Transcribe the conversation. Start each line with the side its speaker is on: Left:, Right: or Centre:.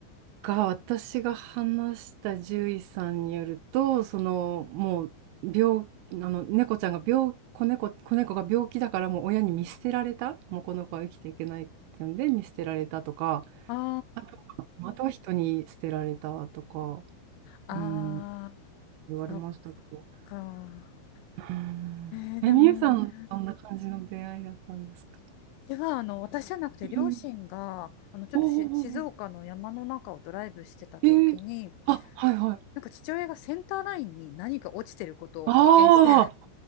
Right: が私が話した獣医さんによるとそのもう病あの猫ちゃんが病子猫、子猫が病気だからもう親に見捨てられたもうこの子は生きていけないっていうんで見捨てられたとか
Left: あ
Right: あとはあとは人に捨てられたとか、
Left: あ、
Right: うん、
Left: ああ、
Right: 言われましたけど。
Left: そっか。
Right: うんえ、
Left: えー、でもね。
Right: みゆさん、どんな感じの出会いだったんですか
Left: ちは、あの、私じゃなくて、両親が、
Right: うん
Left: あの、ちょっとし静岡の山の中をドライブしてた時に、
Right: おーおーおーえーあ、はいはい。
Left: なんか父親がセンターラインに何か落ちてることを発見して、
Right: ああ、